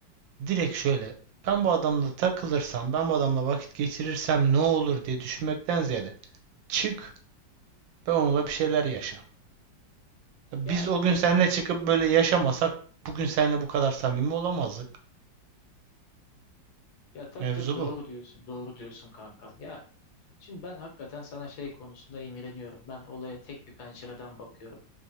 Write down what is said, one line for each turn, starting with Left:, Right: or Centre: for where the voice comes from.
Right: direkt şöyle ben bu adamla takılırsam, ben bu adamla vakit geçirirsem ne olur diye düşünmekten ziyade çık ve onunla bir şeyler yaşa. Biz
Left: Ya
Right: o
Left: güz-
Right: gün seninle çıkıp böyle yaşamasak bugün seninle bu kadar samimi olamazdık.
Left: ya tabii
Right: Mevzu
Left: tabii doğru
Right: bu.
Left: diyorsun. Doğru diyorsun kankam. Ya şimdi ben hakikaten sana şey konusunda imreniyorum. Ben olaya tek bir pencereden bakıyorum.